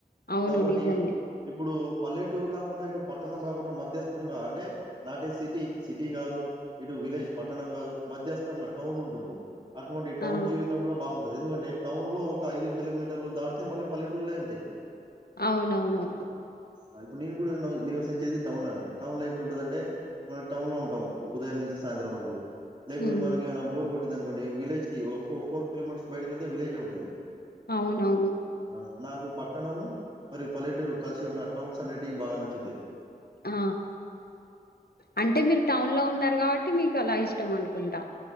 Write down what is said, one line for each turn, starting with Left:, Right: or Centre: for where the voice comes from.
Left: అవును
Right: కాబట్టి
Left: నిజమే
Right: ఇప్పుడు పల్లెటూరు కాకుండా ఇటు పట్టణం కాకుండా మధ్యస్థంగా అంటే నాటే సిటీ సిటీ కాదు ఇటు విలేజ్ పట్టణం కాదు. మధ్యస్థంగా టౌన్ ఉంటుంది. అటువంటి టౌన్
Left: ఆ
Right: జీవితంలో బాగుం ఎందుకంటే టౌన్ లో ఒక ఐదు కిలోమీటర్లు దాటితే మళ్ళీ పల్లెటూళ్లే ఉంటాయ్
Left: అవునవును
Right: ఆ ఇప్పుడు నేను కూడా నై నివసించేది టౌన్ లోనే టౌన్ లో ఎట్లా ఉంటదంటే, మనం టౌన్ లో ఉంటాం ఉదయం నుంచి సాయంత్రం వరకు లేకపోతే
Left: ఉమ్
Right: మనకేమైన బోర్ కోట్ ఉంటుంది అనుకోండి విలేజ్ కి ఓ ఫో ఫోర్ కిలోమీటర్స్ బయటకి వెళ్తే విలేజ్ ఎ ఉంటది.
Left: అవునవును
Right: ఆ నాకు పట్టణం మరియు పల్లెటూరు కలిసి ఉన్న టౌన్స్ అనేటివి బాగా నచ్చుతాయి.
Left: ఆ అంటే మీరు టౌన్ లో ఉన్నారు కాబట్టి మీకు అలా ఇష్టం అనుకుంటా.